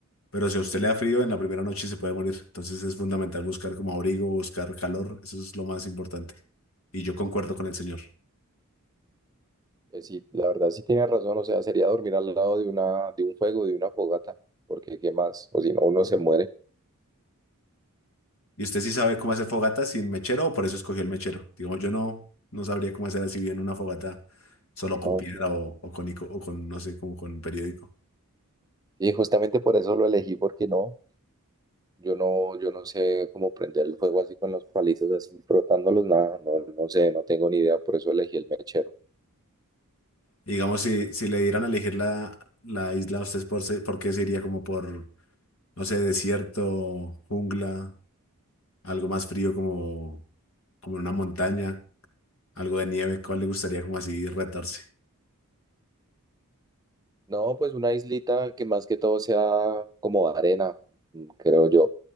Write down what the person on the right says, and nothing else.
eh, sí, la verdad sí tiene razón, o sea, sería dormir al lado de una, de un fuego, de una fogata, porque qué más, o si no, uno se muere.
No,
sí.
Y justamente por eso lo elegí, porque no. Yo no, yo no sé cómo prender el fuego así con los palitos así frotándolos, nada, no, no sé, no tengo ni idea, por eso elegí el mechero.
No, pues una islita que más que todo sea como arena, mm, creo yo.